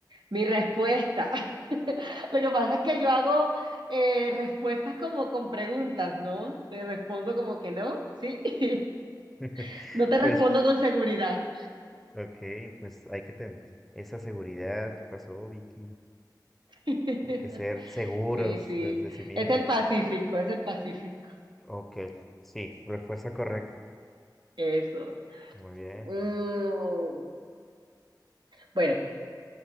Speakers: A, on the right; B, in the centre.
A: Mi respuesta. <laughs> Lo que pasa es que yo hago eh, respuestas como con preguntas, ¿no? Te respondo como que no, ¿sí? <laughs>
B: <laughs>
A: No te
B: Pues,
A: respondo con seguridad.
B: ok, pues hay que tener esa seguridad. ¿Qué pasó, Vicky?
A: <laughs>
B: Hay que ser seguros
A: Sí, sí.
B: desde sí mismo.
A: Es el Pacífico, es el Pacífico.
B: Ok, sí, respuesta correcta.
A: Eso.
B: Muy bien.
A: Mm, bueno,